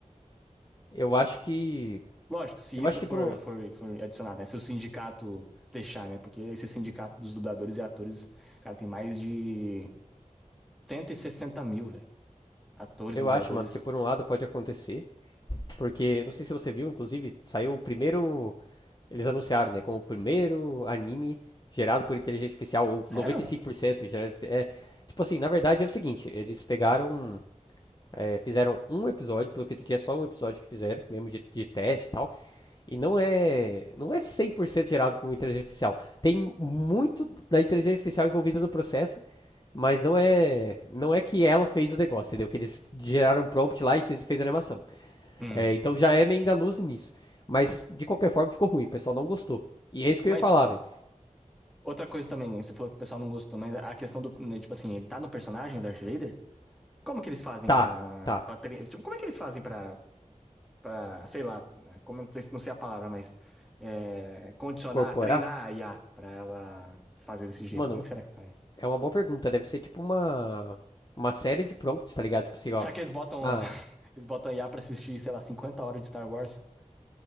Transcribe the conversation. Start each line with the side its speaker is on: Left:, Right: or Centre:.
Left: Eu acho que.
Centre: Lógico, se
Left: Eu
Centre: isso
Left: acho que
Centre: for,
Left: por um.
Centre: for, for adicionado, né? Se o sindicato deixar, né? Porque esse sindicato dos dubladores e atores, cara, tem mais de cento e sessenta mil, velho. Atores,
Left: Eu
Centre: dubladores.
Left: acho, mano, que por um lado pode acontecer. Porque, não sei se você viu, inclusive, saiu o primeiro. Eles anunciaram, né? Como o primeiro anime gerado por inteligência artificial, ou
Centre: Sério?
Left: 95% gerado. É, tipo assim, na verdade é o seguinte: eles pegaram. é, fizeram um episódio, pelo que eu entendi, é só um episódio que fizeram, mesmo de, de teste e tal. E não é, não é 100% gerado com inteligência artificial. Tem muito da inteligência artificial envolvida no processo, mas não é, não é que ela fez o negócio, entendeu? Que eles geraram um prompt lá e fez, fez a animação.
Centre: Hum.
Left: É, então já é meio enganoso nisso. Mas de qualquer forma ficou ruim, o pessoal não gostou. E é isso que
Centre: Mas
Left: eu ia falar, velho.
Centre: outra coisa também, você falou que o pessoal não gostou, mas a questão do, né, tipo assim, ele tá no personagem, o Darth Vader? Como que eles fazem
Left: Tá,
Centre: pra,
Left: tá.
Centre: pra tre- tipo, como é que eles fazem pra, pra sei lá, né, como, não sei, não sei a palavra, mas é, condicionar,
Left: Incorporar?
Centre: treinar a IA pra ela fazer desse jeito?
Left: Mano,
Centre: Como é que será que faz?
Left: é uma boa pergunta. Deve ser tipo uma, uma série de prompts, tá ligado? Tipo assim, ó.
Centre: Será que eles botam,
Left: Ah,
Centre: <laughs> eles botam a IA pra assistir, sei lá, 50 horas de Star Wars?